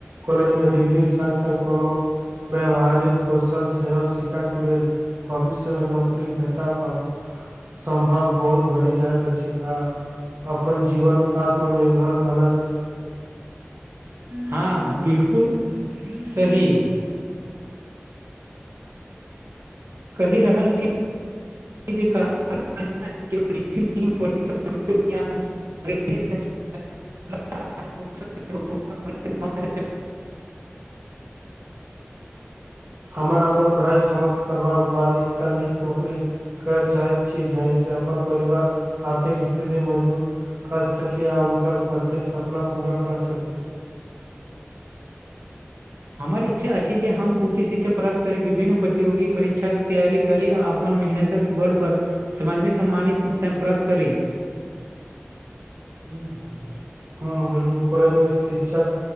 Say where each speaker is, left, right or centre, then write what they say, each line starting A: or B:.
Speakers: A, on the right; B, on the right.
A: कॉलेज मे डिग्री संग संग कोनो व्यावहारिक कौशल सेहो शिखा कऽ लेल भविष्य में नौकरी भेटाब आब सम्भव बहुत बढ़ि जाइत अछि छै आ अपन जीवन आत्मनिर्भर बनत
B: हँ बिल्कुल सही कहि रहल छी <unintelligible> <unintelligible>
A: हमर अपन पढ़ाइ समाप्त करबा कऽ बाद एकटा नीक नौकरी कहैल चाहैत छी जहिसँ अपन परिवार आर्थिक स्थिति मजबूत कर सकी आ उनकर प्रत्येक सपना पूरा कर सकी
B: हमर इच्छा अछि जे हम उच्च शिक्षा प्राप्त करी विभिन्न प्रतियोगी परीक्षाक तैयारी करी आ अपन मेहनतके बल पर समाजमे सम्मानित स्थान प्राप्त करी <inaudible>
A: हँ बिलकुल कॉलेज मे शिक्षक